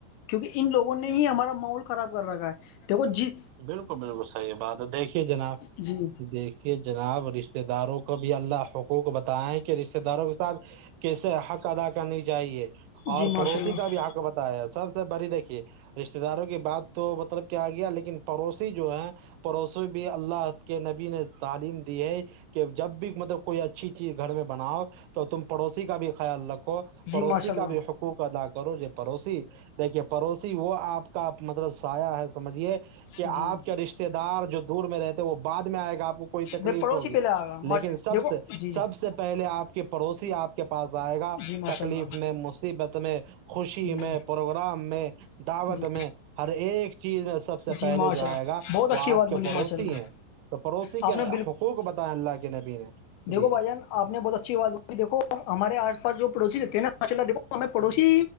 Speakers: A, on the left; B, on the right.
A: کیونکہ ان لوگوں نے ہی ہمارا ماحول خراب کر رکھا ہے دیکھو ج
B: بالکل بالکل صحیح بات ہے دیکھیے جناب
A: جی
B: دیک یہ جناب رشتے داروں کو بھی اللہ حقوق بتیا ہے کہ رشتے داروں کے ساتھ کیسے حق ادا کرنی چاہیے اور
A: جی
B: پڑوسی
A: ماشاء اللہ
B: کا بھی حق بتایا سب سے بڑی دیکھیے رشتے داروں کی بات تو مطلب کیا آ گیا لیکن پڑوسی جو ہیں پڑوسی بھی اللہ کے نبی نے تعلیم دی ہے کہ جب بھی مطلب کوئی اچھی چیز گھر میں بناؤ تو تم پڑوسی کا بھی خیال رکھو پڑوسی
A: جی ماشاء
B: کا
A: اللہ
B: بھی حکو ادا کرو ج پڑوسی دیکھیے پڑوسی وہ آپ کا مطلب سایہ ہے سمجھیے کہ
A: جی
B: آپ کے رشتے دار جو دور میں رہتے ہیں وہ بعد میں آئے گا آپ کو کوئی تکلیف
A: میں پڑوسی
B: ہوگی
A: پہلے آ گا
B: لیکن سب
A: دیکھو
B: سے
A: جی جی
B: سب سے پہلے آپ کے پڑوسی آپ کے پاس آئے گا
A: جی ماشاء
B: تکلیف
A: اللہ
B: میں مصیبت میں خوشی
A: جی
B: میں پروگرام میں دعوت
A: جی
B: میں ہر ایک چیز میں سب سے
A: جی
B: پہلے
A: ماشاء
B: جو آئے
A: اللہ
B: گا
A: بہت
B: وہ
A: اچھی
B: آپ
A: بات
B: کے
A: بولی
B: پڑوسی
A: ماشاء اللہ
B: ہیں تو پڑوسی کے
A: آپ نے
B: حقوق بتائے اللہ کے نبی نے جی
A: و بھائی جان آ نے بہت اچھی بات بائی دھو ہمارےس پاس جو پڑوسی رہتے ہیں نا ماشا اللہ دھو ہم پڑوسی